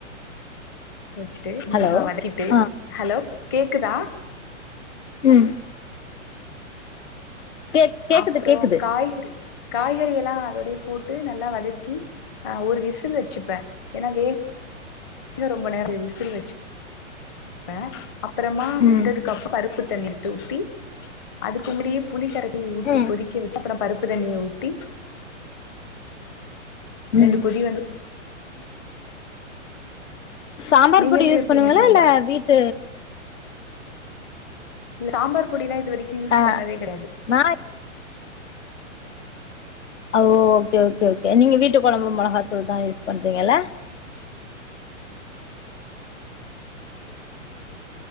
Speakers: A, on the left (about 20°); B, on the left (about 60°).
A: ‌ வச்சுட்டு
B: ஹலோ
A: மிளகா வதக்கிட்டு
B: ஆ
A: ஹலோ கேக்குதா
B: ம் கேக் கேக்குது
A: அப்றோ
B: கேக்குது
A: காய்கறி காய்கறியலா அதோடே போட்டு நல்லா வதக்கி அ ஒரு விசில் வச்சுப்ப எனா வே க ரொம்ப நேர் டியு உசில் வச்சு ப்ப அப்புறமா வெந்ததுக்கப்
B: ம்
A: பருப்பு தண்ணி எடுத்து ஊத்தி அதுக்கு முடியே புளி கரைப்பு ஊத்தி
B: ம்
A: கொதி க்க வச்சு அப்புறோ பருப்பு தண்ணிய ஊத்தி ரெண்டு
B: ம்
A: கொதி வந்ரு
B: சாம்பார்
A: நீங்க
B: பொடி
A: எப்டி
B: யூஸ்
A: வப்பீங்க
B: பண்ணுவீங்களா
A: சாம்பார்
B: இல்ல வீட்டு
A: சாம்பார் பொடிலா இது வரைக்கு யூஸ்
B: ஆ
A: பண்ணாதே கெடையாது
B: நா அ ஓ ஓகே ஓகே ஒகே‌ நீங்க வீட்டு கொழம்பு மொளகாத்தூள்தா யூஸ் பண்றீங்கல